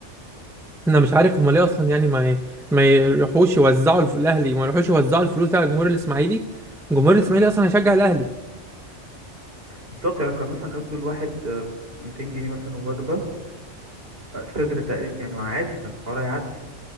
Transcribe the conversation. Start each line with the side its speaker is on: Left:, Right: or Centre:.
Centre: انا مش عارف هم ليه اصلا يعني ما ما يروحوش يوزعوا الف... الاهلي ما يروحوش يوزعوا الفلوس دي على الجمهور الاسماعيلي الجمهور الاسماعيلي اصلا هيشجع الاهلي
Right: بالظبط يعني كان مثلا ادوا الواحد آه، 200 جنيه مثلا وجبة آه، صدر تقريبا يعني ما عادي كان الحوار هيعدي